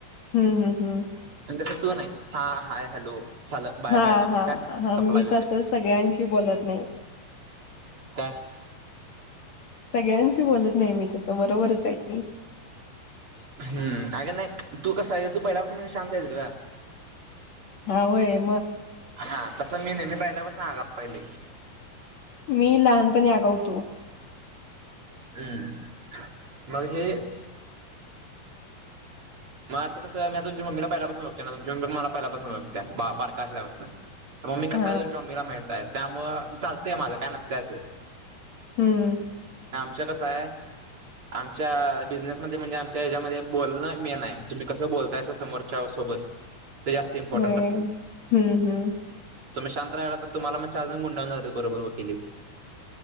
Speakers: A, on the left; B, on the right.
A: हम्म हम्म हम्म
B: तसा तो नाही, हा हाय हॅलो. साल बाय
A: हा
B: बाय हॅलो
A: हा
B: काय
A: हा
B: सपला
A: मी
B: विषय
A: तस सगळ्यांशी बोलत नाही.
B: का,
A: सगळ्यांशी बोलत नाही. मी तसं बरोबरच हाय की,
B: हम्म.. अगं नाही तू कस आहे, तू पहिल्यापासून शांत आहेस गं.
A: हा होय मग.
B: आ.. तसं मी नेहमी पहिल्यापासून आगाव आहे. लई
A: मी लहानपणी आगाव होत
B: हम मग हे <unintelligible> मग असं कसं मी तुमच्या मम्मीला पहिल्यापासून बघतोयना तुमची मम्मी मला पहिल्यापासून ओळख त्या बारक असल्यापासन. मग मी
A: हा
B: कसा आहे. तुमच्या मम्मी ला माहिताय त्यामुळं चालतंय माझं काय नसतय असं.
A: हम्म.
B: हे कसाय. आमच्या बिझनेसमध्ये म्हणजे, आमच्या हेच्यामध्ये बोलणं मेन आहे. तुम्ही कसं बोलतायस समोरच्या सोबत ते जास्त इम्पॉर्टंट
A: होय.
B: असते.
A: हम्म हम्म
B: तुम्ही शांत राहियला. तर तुम्हाला मग चार जण गुंडाळून जात्यात बरोबर वकिली.